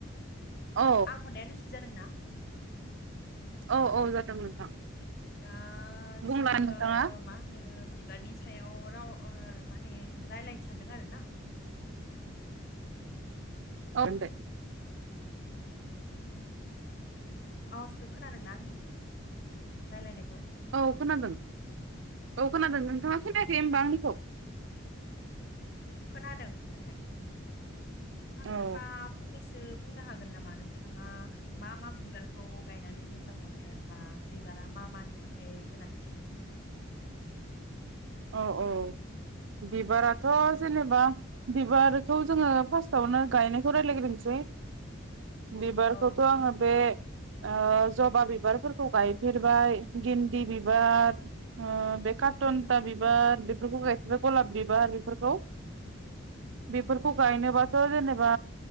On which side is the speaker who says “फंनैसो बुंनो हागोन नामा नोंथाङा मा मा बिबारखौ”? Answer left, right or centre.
Left